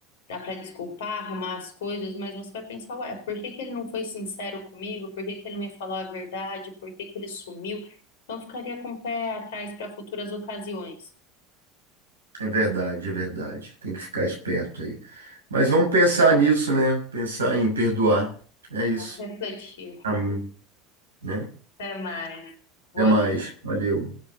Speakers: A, on the left; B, on the right.
A: dá para desculpar, arrumar as coisas, mas você vai pensar, ué, por que que ele não foi sincero comigo? Por que que ele não me falou a verdade? Por que que ele sumiu? Então eu ficaria com o pé atrás para futuras ocasiões.
B: É verdade, é verdade. Tem que ficar esperto aí. Mas vamos pensar nisso, né? Pensar em perdoar. É isso,
A: refletir.
B: pra mim, né?
A: Até mais.
B: Até
A: Boa
B: mais. Valeu.